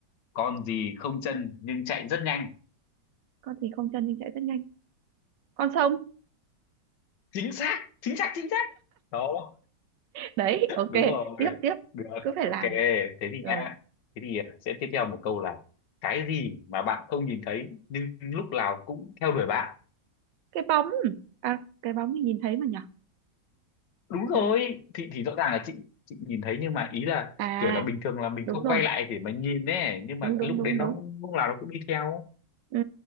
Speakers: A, on the left; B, on the right.
A: con gì không chân nhưng chạy rất nhanh
B: con gì không chân nhưng chạy rất nhanh con sông
A: chính xác chính xác chính xác đó
B: đấy ok
A: đúng rồi
B: tiếp tiếp
A: được
B: cứ phải
A: ok
B: làm
A: thế thì
B: rồi
A: nha thế thì à, sẽ tiếp theo một câu là cái gì mà bạn không nhìn thấy nhưng lúc nào cũng theo đuổi bạn
B: cái bóng à cái bóng thì nhìn thấy mà nhở
A: đúng
B: ừ.
A: rồi thì thì rõ ràng là chị chị nhìn thấy nhưng mà ý là
B: à
A: kiểu là bình thường là mình
B: đúng
A: không
B: rồi
A: quay lại để mà nhìn ấy nhưng
B: đúng
A: mà
B: đúng
A: cái lúc
B: đúng
A: đấy nó
B: đúng
A: cũng- lúc nào nó cũng đi theo
B: ừ,